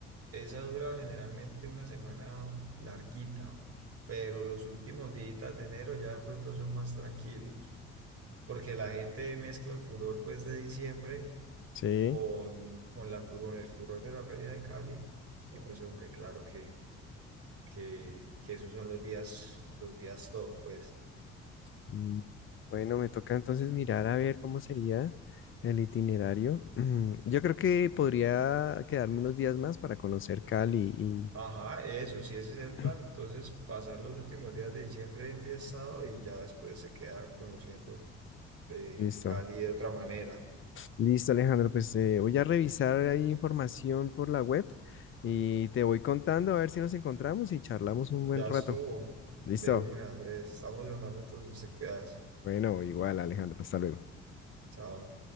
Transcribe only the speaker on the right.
esa dura generalmente una semana larguita, pero los últimos días de enero ya de pronto son más tranquilos, porque la gente mezcla el furor pues de diciembre
con, con, la, con el furor de la Feria de Cali. Y pues, hombre, claro que, que, que esos son los días, los días top, pues.
Ajá, eso, sí, ese es el plan.
Entonces, pasar los últimos días de diciembre enfiestado y ya después se queda conociendo eh,
Cali de otra manera.
Ya
estuvo
de una, Andrés. Estamos hablando, entonces te cuidas.
Chao.